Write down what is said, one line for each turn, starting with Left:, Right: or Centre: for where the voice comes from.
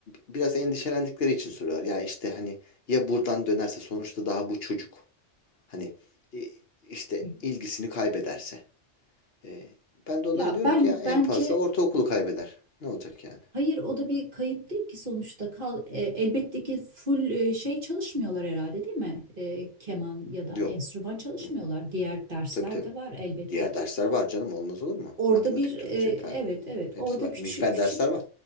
Left: biraz endişelendikleri için soruyorlar. Ya işte hani ya buradan dönerse sonuçta daha bu çocuk hani e, işte
Right: Hı.
Left: ilgisini kaybederse. E, ben de onlara
Right: Ya
Left: diyorum
Right: ben
Left: ki ya en
Right: bence
Left: fazla ortaokulu kaybeder. Ne olacak yani?
Right: hayır o da bir kayıp değil ki sonuçta kal e, elbette ki full e, şey çalışmıyorlar herhalde değil mi? E, keman ya da
Left: Yok.
Right: enstrüman çalışmıyorlar.
Left: Hı hı.
Right: Diğer dersler
Left: Tabii tabii.
Right: de var elbette
Left: Diğer
Right: ki.
Left: dersler var canım olmaz olur mu?
Right: Orada
Left: Matematik,
Right: bir e,
Left: Türkçe falan
Right: evet evet
Left: hepsi
Right: orada
Left: var.
Right: küçük
Left: Mikfer
Right: küçük
Left: dersler var.